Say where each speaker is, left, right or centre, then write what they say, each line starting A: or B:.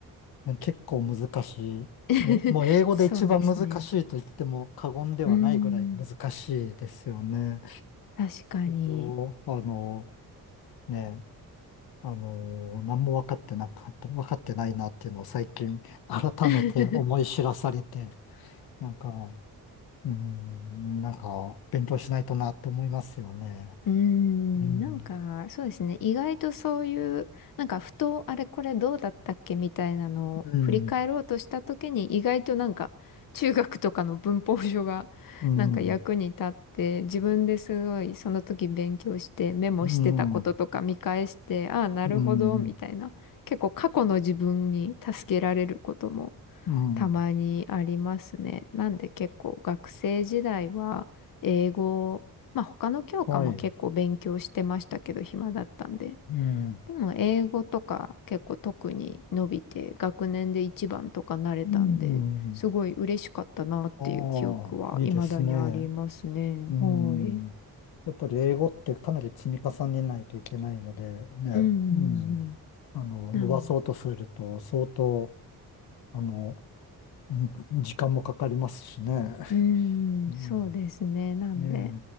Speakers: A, on the left (about 80°); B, on the left (about 65°).
A: <laughs> 結構難しい。
B: <laughs>
A: もう、もう英語で一番難しいと言っても過言ではないぐらい難しいですよね。
B: そうですね。うーん、確かに。
A: そうあの、ね、あの、何も分かってなかった、分かってないなっていうのを最近改めて思い知らされて、
B: <laughs>
A: なんか、うん、なんか、勉強しないとなって思いますよね。
B: うーん、
A: うん。
B: なんか、そうですね。意外とそういう、なんか、ふと、あれ、これどうだったっけみたいなのを振り返ろうとしたときに、
A: うん、
B: 意外となんか、中学とかの文法書が、<laughs>
A: うん、
B: なんか役に立って、自分ですごい、その時勉強して、メモしてたこととか見返して、
A: うん、
B: ああ、なるほど、
A: うん、
B: みたいな。結構、過去の自分に助けられることも
A: うん、
B: たまにありますね。なんで結構学生時代は英語、まあ他の教科も結構勉強してましたけど暇だったんで。
A: はい、うん、
B: でも英語とか結構特に伸びて学年で一番とかなれたんで、
A: うん、
B: すごい嬉しかったなっていう記憶は未だにありますね。
A: ああ、いいですね。うん、
B: はい。
A: やっぱり英語ってかなり積み重ねないといけないので、ね、
B: うんうんうん。
A: うん、あの、
B: なん
A: 伸ばそうとすると相当、あの、うん時間もかかりますしね。
B: うー
A: うん、
B: ん、そうですね。なんで、
A: ええ、